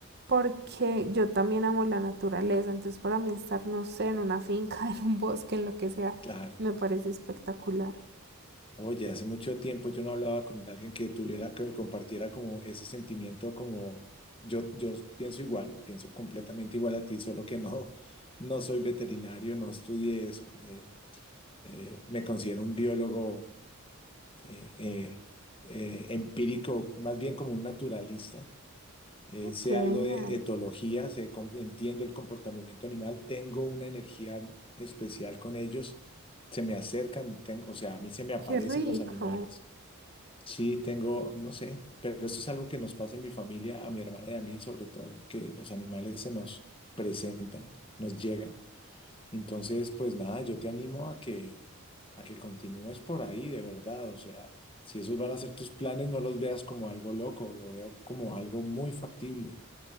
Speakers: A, on the right; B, on the left.
A: porque yo también amo la naturaleza, entonces para mí estar, no sé, en una finca, <laughs> en un bosque, en lo que sea,
B: Claro.
A: me parece espectacular.
B: Oye, hace mucho tiempo yo no hablaba con alguien que tuviera, que me compartiera como ese sentimiento, como yo, yo pienso igual, pienso completamente igual a ti, solo que no, <laughs> no soy veterinario, no estudié eso. eh, eh, me considero un biólogo eh, eh, eh, empírico, más bien como un naturalista. eh,
A: Ay,
B: sé
A: qué genial.
B: algo de etología, sé, com- entiendo el comportamiento animal, tengo una energía especial con ellos, se me acercan, ten- o sea, a mí se me aparecen
A: Qué rico.
B: los animales. Sí, tengo, no sé, pero esto es algo que nos pasa en mi familia, a mi hermana y a mí, sobre todo, que los animales se nos presentan, nos llegan. Entonces, pues nada, yo te animo a que, a que continúes por ahí, de verdad. O sea, si esos van a ser tus planes, no los veas como algo loco, lo veo como algo muy factible.